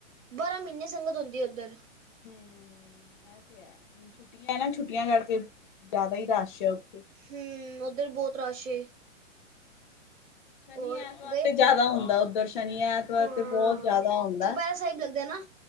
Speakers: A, on the right; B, on the left.
A: ਬਾਰਾਂ ਮਹੀਨੇ ਸੰਗਤ ਹੂੰਦੀ ਐ ਉੱਧਰ।
B: ਹੂੰ, ਐ ਤੇ ਐ ਹੂਨ ਛੁੱਟੀਆਂ ਨਾ ਛੁੱਟੀਆਂ ਕਰਕੇ ਜਾਦਾ ਹੀ ਰਸ਼ ਐ ਉੱਥੇ।
A: ਹੂੰ, ਉੱਧਰ ਬਤੌ ਰਸ਼ ਏ।
B: ਸ਼ਨੀ-ਐਤਵਾਰ
A: ਔਰ ਗਏ
B: ਤੇ ਜਾਦਾ ਹੁੰਦਾ ਉੱਧਰ ਸ਼ਨੀ-ਐਤ
A: ਹਾਂ
B: ਐ ਤੇ ਬੋਤ ਜਾਦਾ ਹੁੰਦਾ।
A: ਚੁਪਹਿਰਾ ਸਾਹਿਬ ਲੱਗਦਾ ਨਾ